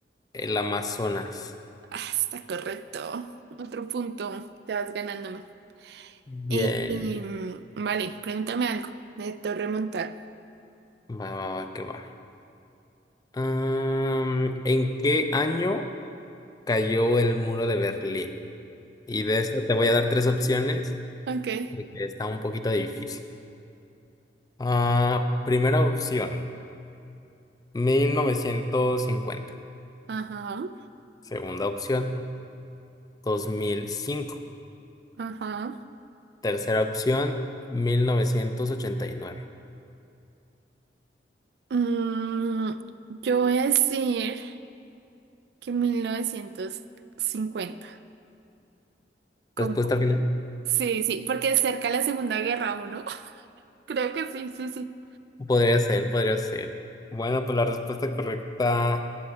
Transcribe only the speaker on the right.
Ah, está correcto. Otro punto. Te vas ganándome.
Em, vale, pregúntame algo. Necesito remontar.
Ok.
Ajá.
Ajá.
Mm, yo voy a decir que mil novecientos cincuenta ¿Cómo?
Sí, sí, porque es cerca de la Segunda Guerra, ¿o no? <laughs> Creo que sí, sí, sí.